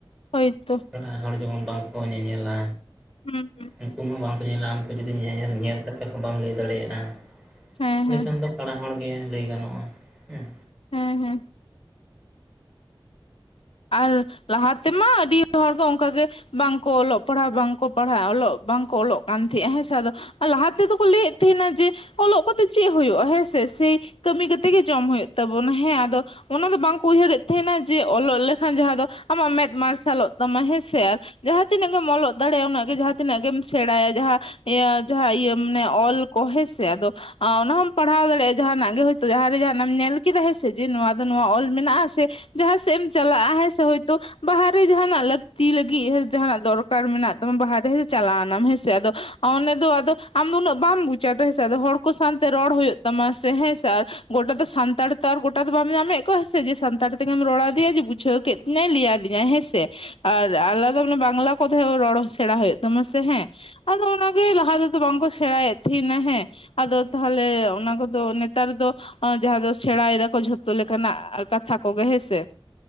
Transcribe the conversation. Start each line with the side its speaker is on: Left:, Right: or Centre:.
Left: ᱦᱳᱭ ᱛᱚ
Centre: ᱠᱟᱲᱟ ᱦᱚᱲ ᱡᱮᱢᱚᱱ ᱵᱟᱝᱠᱚ ᱧᱮᱧᱮᱞᱟ
Left: ᱦᱩᱸ ᱦᱩᱸ
Centre: ᱦᱮᱸ ᱩᱱᱠᱩ ᱦᱚᱸ ᱵᱟᱝ ᱠᱚ ᱧᱮᱞᱟ ᱟᱢ ᱡᱩᱫᱤ ᱧᱮᱞ, ᱧᱮᱞ ᱠᱟᱛᱮ ᱦᱚᱸ ᱵᱟᱢ ᱞᱟᱹᱭ ᱫᱟᱲᱮᱭᱟᱜᱼᱟ ᱾
Left: ᱦᱮᱸ
Centre: ᱞᱮᱠᱷᱟᱱ
Left: ᱦᱮᱸ
Centre: ᱫᱚ ᱠᱟᱸᱲᱟ ᱦᱚᱲ ᱜᱮ ᱞᱟᱹᱭ ᱜᱟᱱᱚᱜᱼᱟ, ᱦᱮᱸ
Left: ᱦᱮᱸᱻᱦᱮᱸᱻ᱾ ᱟᱨ ᱞᱟᱦᱟ ᱛᱮᱢᱟ ᱟᱹᱰᱤ ᱦᱚᱲ ᱠᱚ ᱚᱱᱠᱟᱜᱮ- ᱵᱟᱝᱠᱚ ᱚᱞᱚᱜ ᱯᱟᱲᱦᱟᱜ ᱵᱟᱝᱠᱚ ᱯᱟᱲᱦᱟᱜᱼᱟ ᱚᱞᱚᱜ ᱵᱟᱝᱠᱚ ᱚᱞᱚᱜ ᱠᱟᱱ ᱛᱟᱦᱮᱸᱼᱟ ᱦᱮᱸ ᱥᱮ ᱟᱫᱚ ᱞᱟᱦᱟ ᱛᱮᱫᱚ ᱠᱚ ᱞᱟᱹᱭᱮᱜ ᱛᱟᱦᱮᱸᱱᱟ ᱡᱮ ᱚᱞᱚᱜ ᱠᱟᱛᱮᱜ ᱪᱮᱜ ᱦᱩᱭᱩᱜᱼᱟ ᱦᱮᱸᱥᱮ, ᱥᱮᱭ ᱠᱟᱹᱢᱤ ᱠᱟᱛᱮᱜ ᱜᱮ ᱡᱚᱢ ᱦᱩᱭᱩᱜ ᱛᱟᱵᱚᱱᱟ ᱦᱮᱸ ᱟᱫᱚ ᱚᱱᱟ ᱫᱚ ᱵᱟᱝᱠᱚ ᱩᱭᱦᱟᱹᱨᱮᱜ ᱛᱟᱦᱮᱸᱱᱟ ᱡᱮ, ᱚᱞᱚᱜ ᱞᱮᱠᱷᱟᱱ ᱡᱟᱦᱟᱸ ᱫᱚ ᱟᱢᱟᱜ ᱢᱮᱫ ᱢᱟᱨᱥᱟᱞᱚᱜ ᱛᱟᱢᱟ, ᱦᱮᱸᱥᱮ ᱟᱨ ᱡᱟᱦᱟᱸ ᱛᱤᱱᱟᱹᱜ ᱜᱮᱢ ᱚᱞᱚᱜ ᱫᱟᱲᱮᱜ ᱩᱱᱟᱹᱜ ᱜᱮ ᱡᱟᱦᱟᱸ ᱛᱤᱱᱟᱹᱜ ᱜᱮᱢ ᱥᱮᱬᱟᱭᱟ ᱡᱟᱦᱟᱸ ᱤᱭᱟᱹ ᱡᱟᱦᱟᱸ ᱤᱭᱟᱹ ᱢᱟᱱᱮ ᱚᱞ ᱠᱚ ᱦᱮᱸ ᱥᱮ ᱟᱫᱚ ᱚᱱᱟ ᱦᱚᱸᱢ ᱯᱟᱲᱦᱟᱣ ᱫᱟᱲᱮᱭᱟᱜᱼᱟ, ᱡᱟᱦᱟᱸᱱᱟᱜ ᱜᱮ ᱦᱳᱭ ᱛᱚ ᱡᱟᱦᱟᱸᱨᱮ ᱡᱟᱦᱟᱸᱱᱟᱜ ᱮᱢ ᱧᱮᱞ ᱠᱮᱫᱟ ᱦᱮᱸ ᱥᱮ ᱡᱮ ᱱᱚᱣᱟ ᱫᱚ ᱱᱚᱣᱟ ᱚᱞ ᱢᱮᱱᱟᱜᱼᱟ᱾ ᱥᱮ ᱡᱟᱦᱟᱸ ᱥᱮᱫᱴᱜ ᱮᱢ ᱪᱟᱞᱟᱜᱼᱟ ᱾ ᱦᱮᱸ ᱥᱮ ᱦᱳᱭ ᱛᱚ ᱵᱟᱦᱟ ᱨᱮ ᱡᱟᱦᱟᱸᱱᱟᱜ ᱞᱟᱹᱠᱛᱤ ᱞᱟᱹᱜᱤᱜ ᱡᱟᱦᱟᱸᱱᱟᱜ ᱫᱚᱨᱠᱟᱨ ᱢᱮᱱᱟᱜ ᱛᱟᱢᱟ ᱵᱟᱦᱟ ᱨᱮ ᱪᱟᱞᱟᱣᱱᱟᱢ ᱦᱮᱸᱥᱮ ᱟᱫᱚ ᱚᱱᱮ ᱫᱚ ᱟᱫᱚ ᱟᱢ ᱩᱱᱟᱹᱜ ᱵᱟᱢ ᱵᱩᱡᱟ ᱛᱚ ᱦᱮᱸ ᱥᱮ ᱟᱫᱚ ᱦᱚᱲ ᱠᱚ ᱥᱟᱶᱛᱮ ᱨᱚᱲ ᱦᱩᱭᱩᱜ ᱛᱟᱢᱟ ᱥᱮ ᱦᱮᱸ ᱥᱮ ᱟᱨ ᱜᱚᱴᱟ ᱫᱚ ᱥᱟᱱᱛᱟᱲ ᱛᱚ ᱟᱨ ᱜᱚᱴᱟ ᱫᱚ ᱵᱟᱢ ᱧᱟᱢᱮᱜ ᱠᱚᱣᱟ ᱥᱮ ᱡᱮ, ᱥᱟᱱᱛᱟᱲ ᱛᱮᱜᱮᱢ ᱨᱚᱲᱟᱫᱮᱭᱟ ᱡᱮ ᱵᱩᱡᱷᱟᱹᱣ ᱠᱮᱜ ᱛᱤᱧᱟᱭ ᱞᱟᱹᱭ ᱟᱫᱤᱧᱟᱭ ᱦᱮᱸ ᱥᱮ ᱾ ᱟᱨ ᱟᱞᱟᱫᱟ ᱢᱟᱱᱮ ᱵᱟᱝᱞᱟ ᱠᱚᱛᱮ ᱦᱚᱸ ᱨᱚᱲ ᱥᱮᱬᱟ ᱦᱳᱭᱳᱜ ᱛᱟᱢᱟ ᱥᱮ ᱦᱮᱸ ᱟᱫᱚ ᱚᱱᱟᱜᱮ ᱞᱟᱦᱟ ᱛᱮᱫᱚ ᱵᱟᱝᱠᱚ ᱥᱮᱲᱟᱭᱮᱜ ᱛᱟᱦᱮᱸᱱᱟ ᱦᱮᱸ ᱟᱫᱚ ᱛᱟᱦᱚᱞᱮ ᱚᱱᱟ ᱠᱚᱫᱚ ᱱᱮᱛᱟᱨ ᱫᱚ ᱚᱸ ᱡᱟᱦᱟᱸ ᱫᱚ ᱥᱮᱬᱟᱭ ᱫᱟᱠᱚ ᱡᱷᱚᱛᱚ ᱞᱮᱠᱟᱱᱟᱜ ᱠᱟᱛᱷᱟ ᱠᱚᱜᱮ ᱦᱮᱸ ᱥᱮ ᱾